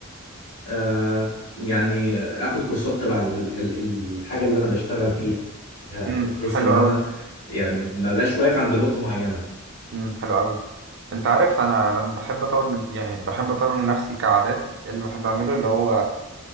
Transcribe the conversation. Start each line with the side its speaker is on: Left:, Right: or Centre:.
Left: آه يعني اخد كورسات تبع ال- ال- الحاجه اللي انا بشتغل فيها
Right: امم
Left: بحيث
Right: حلو
Left: ان
Right: قوي
Left: انا يعني ما بقاش واقف عند نقطه معينه
Right: امم حلو قوي انت عارف انا لما بحب اطور من يعني بحب اطور من نفسي كعادات إيه اللي بحب اعمله اللي هو